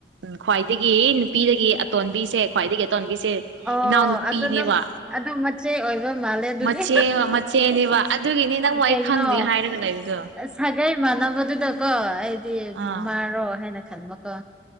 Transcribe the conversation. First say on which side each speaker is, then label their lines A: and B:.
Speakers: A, on the right; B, in the centre.
A: ꯎꯝ ꯈ꯭ꯋꯥꯏꯗꯒꯤ ꯅꯨꯄꯤꯗꯒꯤ ꯑꯇꯣꯟꯕꯤꯁꯦ ꯈ꯭ꯋꯥꯏꯗꯒꯤ ꯑꯇꯣꯟꯕꯤꯁꯦ
B: ꯑꯣ
A: ꯏꯅꯥꯎ ꯅꯨꯄꯤꯅꯦꯕ
B: ꯑꯗꯨ ꯅꯪ ꯑꯗꯨ ꯃꯆꯦ ꯑꯣꯏꯕ ꯃꯥꯜꯂꯦ ꯑꯗꯨꯗꯤ
A: ꯃꯆꯦ ꯃꯆꯦꯅꯦꯕ ꯑꯗꯨꯒꯤꯅꯤ ꯅꯪꯕꯨ ꯑꯩ
B: ꯀꯩꯅꯣ
A: ꯈꯪꯗꯦ ꯍꯥꯏꯔꯒ ꯂꯩꯕꯗꯣ
B: ꯁꯥꯒꯩ ꯃꯥꯟꯅꯕꯗꯨꯗꯀꯣ ꯑꯩꯗꯤ
A: ꯑꯥ
B: ꯃꯥꯔꯣ ꯍꯥꯏꯅ ꯈꯟꯕꯀꯣ